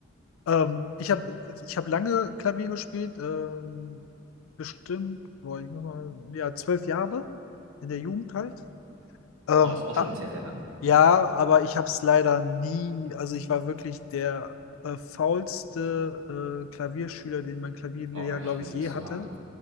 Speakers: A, on the left; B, on the right.
A: Ähm, ich habe ich hab lange Klavier gespielt, ähm, bestimmt, boah, ich muss mal, ja, zwölf Jahre in der Jugend halt. Ähm,
B: Oh, ist auch
A: ah,
B: schon sehr, sehr lang.
A: ja, aber ich habe es leider nie, also ich war wirklich der äh, faulste äh, Klavierschüler, den mein Klavierlehrer,
B: Oh, ich
A: glaube
B: fühle
A: ich, je
B: das
A: hatte.
B: so hart.